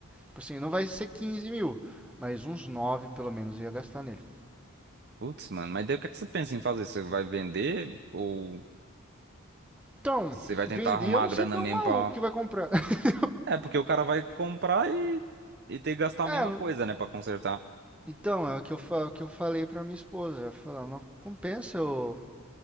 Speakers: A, in the centre; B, on the right.
A: Tipo assim, não vai ser 15 mil, mas uns 9 pelo menos eu ia gastar nele.
B: Putz, mano, mas daí o que é que você pensa em fazer? Você vai vender ou.
A: Então,
B: Você vai tentar
A: vender
B: arrumar
A: eu não
B: a grana
A: sei quem
B: mesmo
A: é o maluco
B: pra.
A: que vai comprar. <laughs>
B: É, porque o cara vai comprar e, e ter que gastar a
A: É,
B: mesma
A: não-
B: coisa, né, pra consertar.
A: então, é o que eu, fa- o que eu falei pra minha esposa, eu falei, "Ó, não compensa eu...